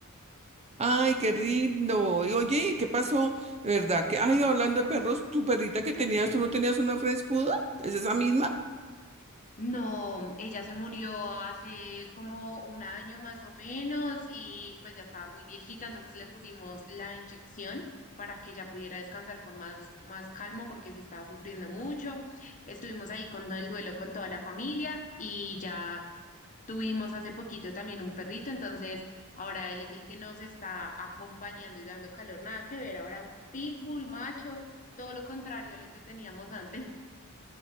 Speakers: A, on the right; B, on the left.
A: Ay, qué lindo. Y oye, ¿qué pasó? ¿Verdad que, ay, hablando de perros, tu perrita que tenías, ¿tú no tenías una French Poodle? ¿Es esa misma?
B: No, ella se murió hace como un año más o menos y pues ya estaba muy viejita, entonces le pusimos la inyección para que ya pudiera descansar con más, más calmo porque sí estaba sufriendo mucho. Estuvimos ahí con todo el duelo con toda la familia y ya tuvimos hace poquito también un perrito, entonces ahora él es el que nos está acompañando y dando calor, nada que ver, ahora un pitbull macho, todo lo contrario a lo que teníamos antes.